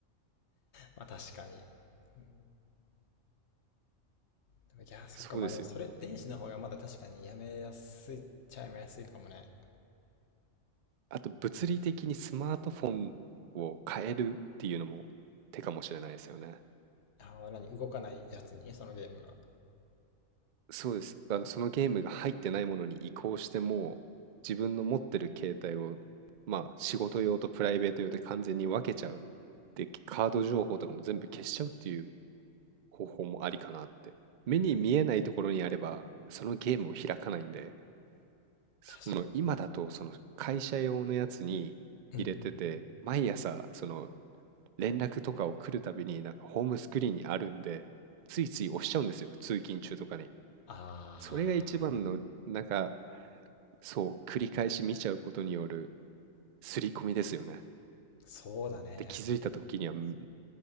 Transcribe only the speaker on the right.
そうですよ。
あと、物理的にスマートフォンを変えるっていうのも手かもしれないですよね。
そうです。あの、そのゲームが入ってないものに移行しても、自分の持ってる携帯を、まあ、仕事用とプライベート用で完全に分けちゃう。で、カード情報とかも全部消しちゃうっていう方法もありかなって。目に見えないところにあれば、
そのゲームを開かないんで、その今だと、
その会社用のやつに入れてて、
毎朝、その連絡とかを来るたびに、なんかホームスクリーンにあるんで、ついつい押しちゃうんですよ、通勤中とかに。
それが一番の、なんか、そう、繰り返し見ちゃうことによる刷り込みですよね。
で、気づいた時には、ん